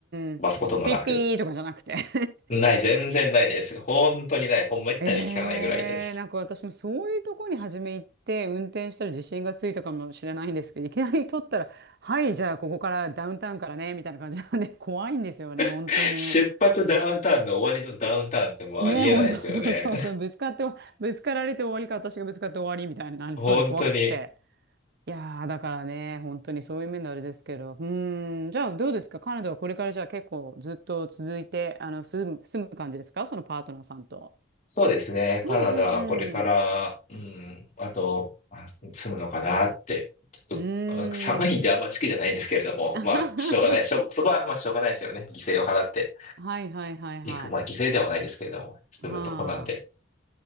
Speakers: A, on the right; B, on the left.
A: んうん。
B: ー、バスこともなく。
A: ピッピーとかじゃなくて <laughs>
B: ない、全然ないです。本当にない。ほんまったに聞かないぐらいです。
A: えー、なんか私もそういうとこに初め行って運転したら自信がついたかもしれないんですけどいきなり取ったら「はいじゃあここからダウンタウンからね」みたいな感じなんで怖いんですよね本当に。
B: <laughs> 出発ダウンタウンの終わりのダウンタウンってもうありえないですよね。
A: ね本当そうそうそうぶつかってぶつかられて終わりか私がぶつかって終わりみたいになりそうで怖くって。
B: <laughs> 本当に。
A: いやーだからね本当にそういう面のあれですけどうーんじゃあどうですかカナダはこれからじゃあ結構ずっと続いてあの住む、住む感じですかそのパートナーさんと。
B: そうですね。
A: うんうんうん。
B: カナダ、これから、うん、あと、まあ住むのかなって。ちょっと、
A: うーん。
B: あ寒いんであんまり好きじゃないんですけれども、
A: <laughs> は
B: まあ、しょうがない。しょ、そこは、まあ、しょうがないですよね。犠牲を払って
A: いはいはいはい。
B: いく。まあ、犠牲ではないですけれども、住むとこなんで。
A: はあ。